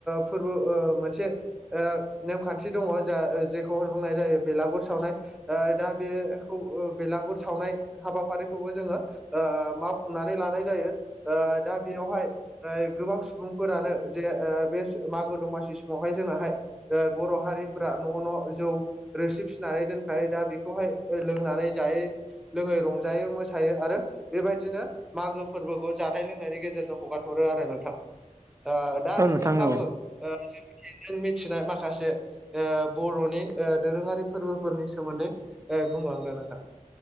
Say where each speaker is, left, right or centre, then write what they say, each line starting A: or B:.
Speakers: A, in the centre; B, on the right.
A: फोरबो मोनसे नेमखान्थि दङ जा जेखौ बुंनाय जायो बेलागुर सावनाय दा बेखौ बेलागुर सावनाय हाबाफारिखौबो जोङो मावफुंनानै लानाय जायो दा बेयावहाय गोबां सुबुंफोरानो जे बे मागो दमासि समावहाय जोंनाहाय बर' हारिफोरा न' न' जौ रोसि फिसिनानै दोनखायो दा बेखौहाय लोंनानै जायै लोङै रंजायो मोसायो आरो बेबायदिनो मागो फोरबोखौ जानाय लोंनायनि गेजेरजों हगारहरो आरो नोंथां दा नोंथाङाबो
B: औ नोंथां औ
A: नों मिथिनाय माखासे बर'नि दोरोङारि फोरबोफोरनि सोमोन्दै बुंलांदों नोंथां